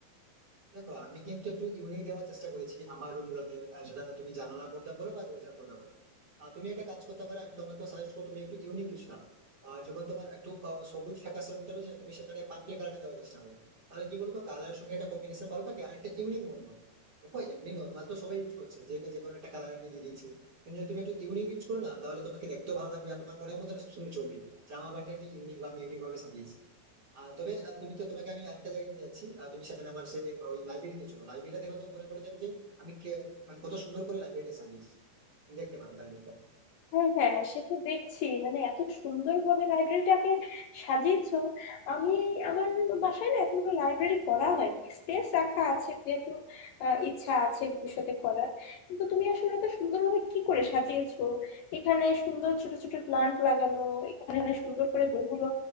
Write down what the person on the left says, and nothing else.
হ্যাঁ হ্যাঁ সে তো দেখছি মানে এত সুন্দরভাবে লাইব্রেরিটাকে সাজিয়েছো আমি আমার বাসায় না এখনো লাইব্রেরি করা হয় স্পেস রাখা আছে যেহেতু আহ, ইচ্ছা আছে ভবিষ্যতে করার কিন্তু তুমি আসলে এত সুন্দরভাবে কি করে সাজিয়েছো এখানে সুন্দর ছোট ছোট প্লান্ট লাগানো এখানে সুন্দর করে বইগুলো